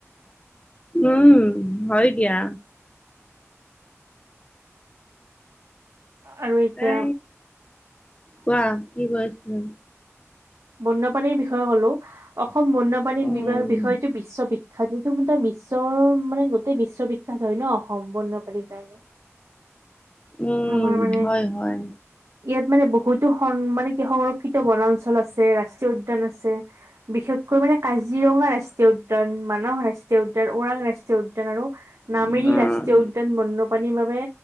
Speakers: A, on the left; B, on the right.
A: উম, হয় দিয়া।
B: আৰু এতিয়া
A: এ, কোৱা কি <unintelligible>
B: বন্যপ্ৰাণীৰ বিষয়ে ক'লো, অসম বন্যপ্ৰাণী
A: উম
B: বিৰ বিষয়টো বিশ্ব বি <unintelligible> বিশ্বৰ মানে গোটেই বিশ্ববিখ্যাত হয় ন অসম বন্যপ্ৰাণীৰ কাৰণে
A: উম,
B: আমাৰ মানে
A: হয় হয়।
B: ইয়াত মানে বহুতো মানে কি সংৰক্ষিত বনাঞ্চল আছে ৰাষ্ট্ৰীয় উদ্যান আছে। বিশেষকৈ মানে কাজিৰঙা ৰাষ্ট্ৰীয় উদ্যান মানস ৰাষ্ট্ৰীয় উদ্যান ওৰাং ৰাষ্ট্ৰীয় উদ্যান আৰু।
A: উম
B: নামেৰি ৰাষ্ট্ৰীয় উদ্যান বন্যপ্ৰাণীৰ বাবে